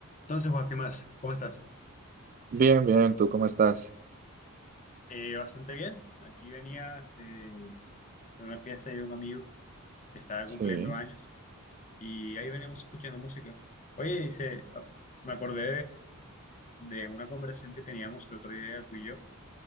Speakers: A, on the left; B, on the right.
A: Entonces, Juan, ¿qué más? ¿Cómo estás?
B: Bien, bien, ¿tú cómo estás?
A: Eh, bastante bien. Aquí venía de de una fiesta de un amigo que estaba
B: Sí,
A: cumpliendo años y ahí veníamos escuchando música. Oye, dice, ah, me acordé de, de una conversación que teníamos el otro día tú y yo